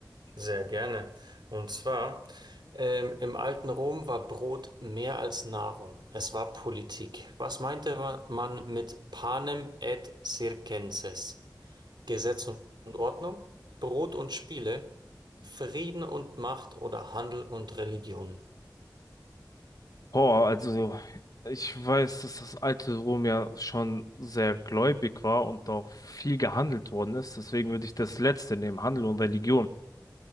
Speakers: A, on the right; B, on the left.
A: Sehr gerne. Und zwar, ähm, im alten Rom war Brot mehr als Nahrung. Es war Politik. Was meinte wa- man mit panem et circenses? Gesetz und Ordnung, Brot und Spiele, Frieden und Macht oder Handel und Religion.
B: Oh, also ich weiß, dass das alte Rom ja schon sehr gläubig war und auch viel gehandelt worden ist. Deswegen würde ich das Letzte nehmen, Handel und Religion.